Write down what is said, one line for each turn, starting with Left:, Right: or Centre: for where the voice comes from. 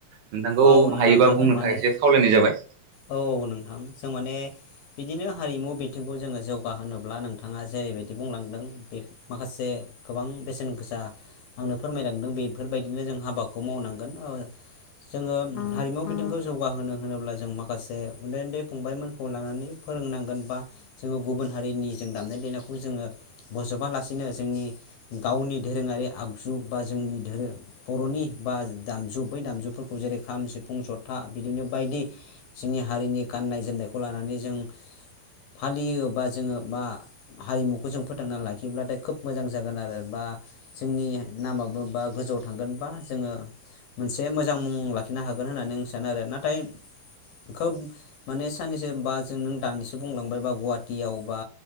Right: नोंथांखौ
Left: औ नोंथां
Right: हायोबा
Left: हागोन
Right: बुंनो
Left: माने
Right: थाखाय एसे खावलायनाय जाबाय।
Left: औ औ नोंथां जोंमाने बिदिनो हारिमु बिथिंखौ जोङो जौगाहोनोब्ला नोंथाङा जेरैबायदि बुंलांदों बे माखासे गोबां बेसेनगोसा आंनो फोरमायलांदों बेफोरबायदिनो जों हाबाखौ मावनांगोन जोङो हारिमु बिथिंखौ जौगाहोनो होनोब्ला जों मा माखासे उन्दै उन्दै फंबायमोनखौ लानानै फोरोंनांगोन बा जोङो गुबुन हारिनि जों दामनाय देनायखौ जोङो बजबालासेनो जोंनि गावनि दोरोङारि आगजु बा जोंनि धोरोम बर'नि बा दामजु बै दामजुफोरखौ जेरै खाम सिफुं जथा बिदिनो बायदि जोंनि हारिनि गाननाय जोमनायखौ लानानै जों फालियोबा जोङो बा हारिमुखो जों फोथांना लाखियोब्लाथाय खोब मोजां जागोन आरो बा जोंनि नामाबो बा गोजौआव थांगोनबा बा जोङो मोनस एसे मोजां मुं लाखिनो हागोन होननानै आं सा जानो आरो नाथाय खोब माने साननैसो बा जों नों दानिसो बुंलांबाय बा गुवाटियाव बा